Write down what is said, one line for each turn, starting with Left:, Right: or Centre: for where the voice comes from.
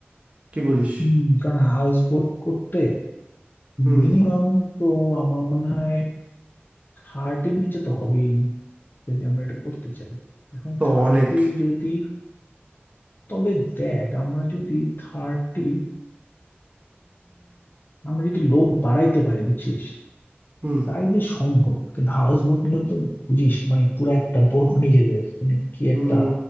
Right: কি বলিস
Left: হম কারণ হাউস বোট করতে
Right: হুম
Left: মিনিমাম তো আমার মনে হয় থার্টির নিচে তো হবেই না যদি আমরা এটা করতে চাই এখন
Right: তো
Left: থার্টি
Right: অনেক
Left: যদি তবে দেখ আমরা যদি থার্টি আমরা যদি লোক বাড়াইতে পারি বুঝছিস
Right: হুম
Left: তাইলে সম্ভব কিন্তু হাউস বোট নিলে তো বুঝিস মানে পুরো একটা বোট নিজেদের মানে কি
Right: হুম
Left: একটা